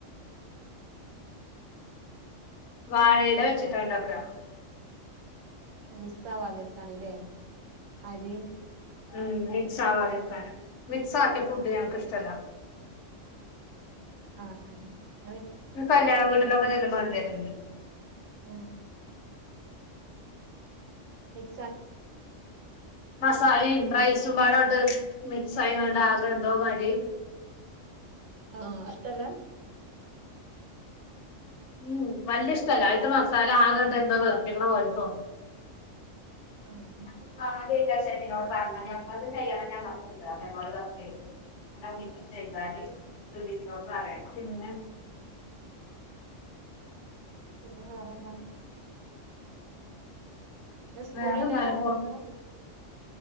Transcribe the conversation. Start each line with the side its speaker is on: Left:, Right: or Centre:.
Left: വാഴയില വെച്ചിട്ടാണ്ടാക്ക
Right: മിസ്സാവാതിരിക്കാനല്ലേ അരിയും
Left: ഉം മിക്സ്ആവാതിരിക്കാൻ മിക്സ് ആക്കിയ ഫുഡ് ഞങ്ങക്ക് ഇഷ്ടല്ല
Right: ആഹ ആഹ
Left: കല്ല്യാണ വീട്ടിലൊക്കെ ചൊല്ലുമ്പോകണ്ടിലെ
Right: അഹ് മിക്സക്
Left: മസാലിം റൈസ് മ്പാടെങ്ങട്ട് മിക്സ് ആയിങ്ങാണ്ട് ആകെ എന്തോമാതിരി
Right: ആ ഇഷ്ടല്ല
Left: ഉം വല്ലിയ ഇഷ്ടല്ല അയിത്തെ മസാല ആകണ്ട് എന്തോ വെറുപ്പിക്കണ പോലെതോന്നും
Right: ആഹ്
Left: ഞാനിപ്പോ കാര്യായിട്ട് ആ ഷെഫിനോട് പറഞ്ഞാമതി അപ്പൊ ചെയ്യാ ഞാൻ ചെയ്യലല്ലേ അതേപോലെ സർപ്രൈസ്‌ എ വീട്ടിൽ ചെയ്താല് സിദ്ധീകിനോട് പറയണം പിന്നെ <inaudible>
Right: പിന്നെ വേറെന്താ ഇ സ്കൂളില്ലല്ലോ
Left: വേറെന്താ അന്റെ
Right: മക്കക്ക്